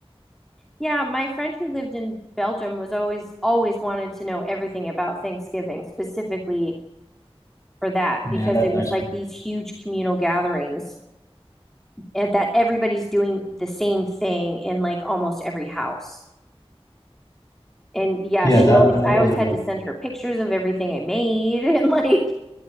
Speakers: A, in the centre; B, on the left.
A: Yeah, my friend who lived in Belgium was always always wanted to know everything about Thanksgiving, specifically for that,
B: Yeah,
A: because
B: that's
A: it
B: nice
A: was like
B: one.
A: these huge communal gatherings and that everybody's doing the same thing in like almost every house. And yeah,
B: Yeah,
A: she
B: that
A: always
B: that
A: I
B: one's
A: always
B: a good
A: had
B: one.
A: to send her pictures of everything I made <laughs> and like